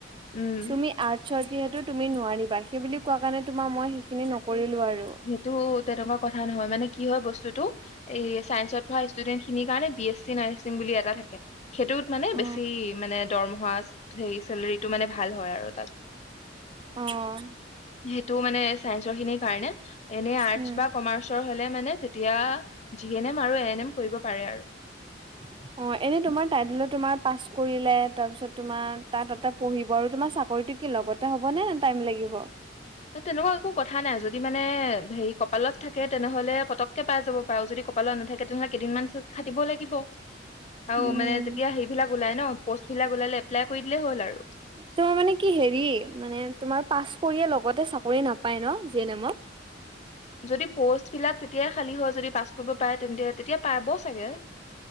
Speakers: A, on the left (about 40°); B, on the right (about 25°).
A: সি
B: তুমি আৰ্টচৰ যিহেতু তুমি নোৱাৰিবা সেই বুলি কোৱা কাৰণে তোমাৰ মই সেইখিনি ন কৰিলো আৰু।
A: টো তেনেকুৱা কথা নহয় মানে কি হয় বস্তুটো এই চাইন্সত পঢ়া ষ্টুডেন্টখিনিৰ কাৰণে বিএছ চি নাৰ্ছিং বুলি এটা থাকে সেইটোত মানে
B: অ
A: বেছি মানে দৰমহা সেই চেলেৰিটো মানে ভাল হয় আৰু তাত।
B: অ'।
A: সেইটো মানে, চাইন্সৰ খিনিৰ কাৰণে। এনেই আৰ্টচ
B: উম
A: বা কমাৰ্চৰ হলে মানে তেতিয়া, জি এন এম আৰু এ এন এম কৰিব পাৰে আৰু।
B: <inaudible> অ', এনে তোমাৰ টাইতলে তোমাৰ পাছ কৰিলে, তাৰপিছত তোমাৰ, তাত এটা পঢ়িব আৰু তোমাৰ চাকৰিটো কি লগতে হ'ব নে, টাইম লাগিব?।
A: তেনেকুৱা একো কথা নাই। যদি মানে, হেৰি কপালত থাকে তেনেহলে, পতককে পাই যাব পাৰো যদি কপালত নাথাকে তেনেহলে কেইদিনমান খাটিব লাগিব। আৰু
B: উম
A: মানে তেতিয়া হেৰিবিলাক ওলাই ন'। প'ষ্টবিলাক ওলালে, এপলাই কৰি দিলেই হ'ল আৰু।
B: তোমাৰ মানে কি হেৰি, মানে, তোমাৰ পাছ কৰিয়ে লগতে চাকৰি নাপায় ন', জি এন এমত?। <inaudible>
A: যদি পৌষ্ট বিলাক, তেতিয়াই খালি হয় যদি পাছ কৰিব পৰে তেন্তে, তেতিয়া পাব চা চাগে।